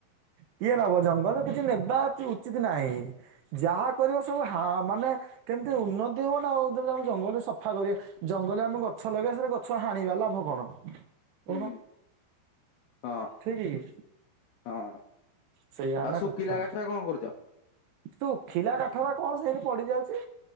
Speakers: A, on the right; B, on the left.
A: କିଏ ନବ ଜଙ୍ଗଲରୁ କିଛି ନେବା କିଛି ଉଚିତ ନାହିଁ ଯାହା କରିବ ସବୁ ହା ମାନେ କେମିତି ଉନ୍ନତି ହବ ନା ଆଉ ତମେ ଜାନ ଜଙ୍ଗଲରେ ସଫା କରିବା ଜଙ୍ଗଲରେ ଆମେ ଗଛ ଲଗେଇବା ସେଟା ଗଛ ହାଣିବା ଲାଭ କଣ? କଣ
B: ହୁଁ ହଁ
A: ଠିକ କି।
B: ହଁ
A: ସେଇଆ ହେଲା
B: ଆଉ ଶୁଖିଲା
A: କଥା
B: କାଠରେ କଣ କରୁଛ?
A: ତୁ ଖିଲା କା ଘରା କଣ ସେଇଠ ପଡି ଯାଉଛି।